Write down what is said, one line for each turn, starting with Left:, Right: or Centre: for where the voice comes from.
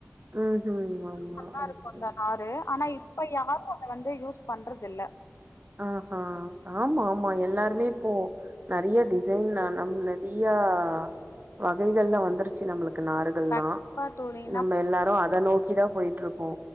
Right: ம் ம் ஆமா
Left: நல்லாருக்கு
Right: ஓகே.
Left: அந்த நாரு ஆனா இப்ப யாரு அத வந்து யூஸ் பண்றதில்ல
Right: ஆஹ ஆமா ஆமா எல்லாருமே இப்போ நெறைய டிசைன் நம் நெறைய ஆ வகைகள்ல வந்துருச்சு நம்ளுக் கு நாறுகல்லா
Left: கண்டிப்பா தோழி
Right: நம்ம எல்லாரு அத நோக்கிதா போயிட்ருக்கோ